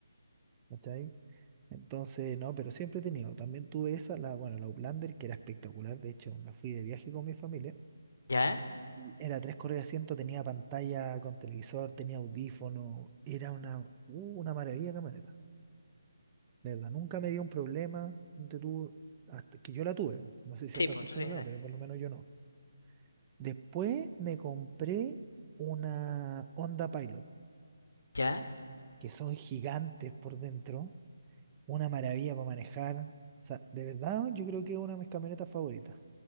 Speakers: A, on the right; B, on the left.
A: ¿Cachai? Entonces, no, pero siempre he tenido. También tuve esa, la, bueno, la Uplander, que era espectacular. De hecho, me fui de viaje con mi familia.
B: ¿Ya?
A: y Era tres correas de asiento, tenía pantalla con televisor, tenía audífono. Era una, uh, una maravilla de camioneta. De verdad, nunca me dio un problema. ponte tú, hasta que yo la tuve. No sé si
B: Sí,
A: otras
B: pues
A: personas
B: sí. sí.
A: la, han, pero por lo menos yo no. Después me compré una Honda Pilot,
B: ¿Ya?
A: que son gigantes por dentro Una maravilla para manejar. O sea, de verdad, yo creo que es una de mis camionetas favoritas. O